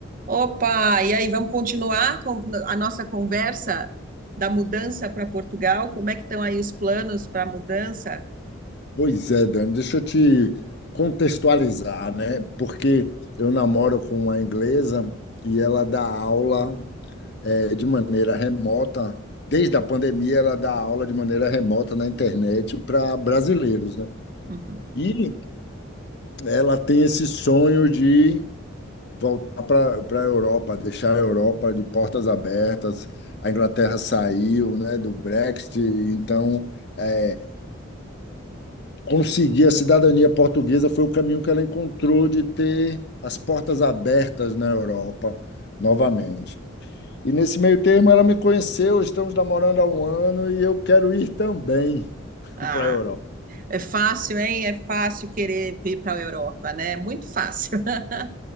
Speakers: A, on the right; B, on the left.
A: Opa, e aí, vamos continuar com a nossa conversa da mudança para Portugal? Como é que estão aí os planos para a mudança?
B: Pois é, Dani, deixa eu te contextualizar, né? Porque eu namoro com uma inglesa e ela dá aula eh, de maneira remota. Desde a pandemia, ela dá aula de maneira remota na internet para brasileiros, né?
A: Uhum.
B: E ela tem esse sonho de voltar para para a Europa, deixar a Europa de portas abertas. A Inglaterra saiu, né, do Brexit, então eh, conseguir a cidadania portuguesa foi o caminho que ela encontrou de ter as portas abertas na Europa novamente. E nesse meio termo ela me conheceu, estamos namorando há um ano e eu quero ir também
A: Ah,
B: <laughs> para a Europa.
A: é fácil, hein? É fácil querer vir para a Europa, né? Muito fácil. <laughs>